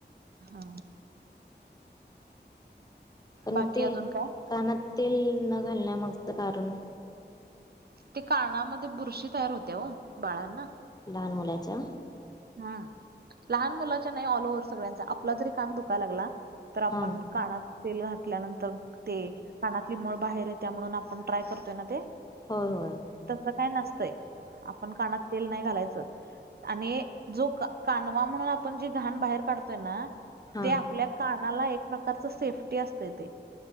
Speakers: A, on the right; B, on the left.
A: हा.
B: पण
A: बाकी
B: ते
A: अजून काय
B: कानात तेल न घालण्यामागचं कारण
A: ते कानामध्ये बुरशी तयार होत्या हो बाळांना
B: लहान मुलाच्या
A: हम लहान मुलाच्या नाही ऑल ओव्हर सगळ्यांचा आपला जरी कान ुख लागला. तर आपण
B: हां
A: काना. तेल घातल्यानंतर ते कानातली मळ बाहेर येत त्या म्हणून आपण ट्राय करतोय ना ते
B: हो हो.
A: तसं काय नसतंय आपण कानात तेल नाही घालायचं आणि जो कानवा म्हणून आपण जे घाण बाहेर काढतोय ना
B: हां
A: ते आपल्या. कानाला एक प्रकारच सेफ्टी असते ते